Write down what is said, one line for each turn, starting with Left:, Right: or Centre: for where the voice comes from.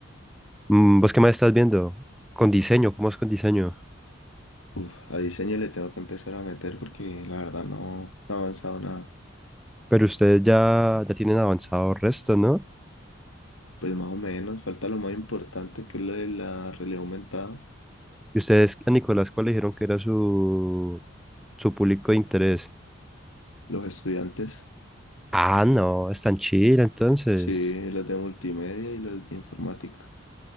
Centre: Mm, ¿Vos qué más estás viendo? Con diseño, ¿cómo es con diseño?
Left: Uf, a diseño le tengo que empezar a meter porque la verdad no, no ha avanzado nada.
Centre: Pero ustedes ya, ya tienen avanzado resto, ¿no?
Left: Pues más o menos, falta lo más importante que es lo de la realidad aumentada.
Centre: Y ustedes a Nicolás, ¿cuál le dijeron que era su, su público de interés?
Left: Los estudiantes,
Centre: Ah, no, es tan chida entonces.
Left: sí, los de multimedia y los de informática.